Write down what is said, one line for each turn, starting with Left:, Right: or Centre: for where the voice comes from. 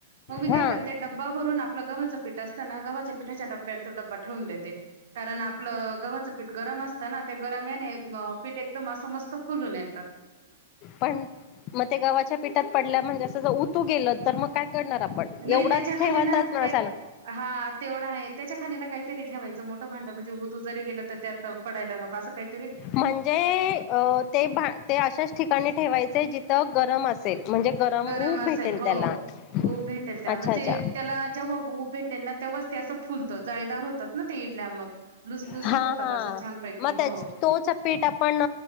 Right: मग मी काय
Left: हा
Right: करते डब्बा भरून आपला गव्हाचं पीठ अस गव्हाच्या पीठाच्या डब्यात तो डब्बा ठेवून देते कारण आपलं गव्हाचं पीठ गरम असताना ते गरम आहे नाही पीठ एकदम असं मस्त फुलून येत.
Left: पण म ते गव्हाच्या पीठात पडल्या म्हणजे असं ज तू गेलं तर मग काय करणार आपण
Right: नाही
Left: एवढा
Right: त्याच्या खाली
Left: ठेवतच
Right: ना
Left: नसाला
Right: हा तेवढा आहे त्याच्या खाली ना काहीतरी ठेवायचं मोठं भांड म्हणजे ओतु जरी गेलं तर त्यात पडायला नको काल सकाळी.
Left: म्हणजे ते ते अशाच ठिकाणी ठेवायचे जिथं. गरम असेल म्हणजे
Right: गरम
Left: ऊब
Right: असेल
Left: भेटेल
Right: हो
Left: त्याला
Right: उब भेटल त्याला,
Left: अच्छा
Right: म्हणजे
Left: अच्छा
Right: त्याला जेव्हा उब भेटेल ना तेव्हाच. ते असं फुलतं, जाळीदार होतात ना ते इडल्या मग. लुसलुसीत
Left: हा,
Right: होतात
Left: हा,
Right: असं छानपैकी
Left: मग त्या
Right: हो
Left: तेच पीट आपण